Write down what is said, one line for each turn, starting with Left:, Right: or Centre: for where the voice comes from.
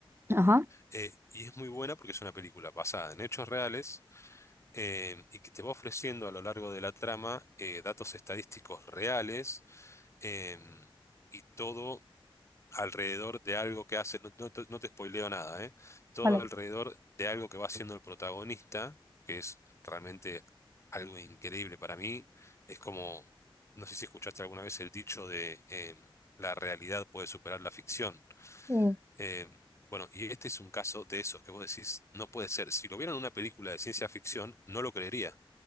Right: Ajá,
Left: Eh, y es muy buena porque es una película basada en hechos reales eh, y que te va ofreciendo a lo largo de la trama eh, datos estadísticos reales em, y todo alrededor de algo que hace, no, no te, no te spoileo nada, eh, todo
Right: vale.
Left: alrededor de algo que va haciendo el protagonista, que es realmente algo increíble para mí, es como, no sé si escuchaste alguna vez el dicho de em, la realidad puede superar la ficción.
Right: Sí.
Left: Em, bueno, y este es un caso de esos que vos decís, no puede ser. Si lo vieran en una película de ciencia ficción, no lo creería.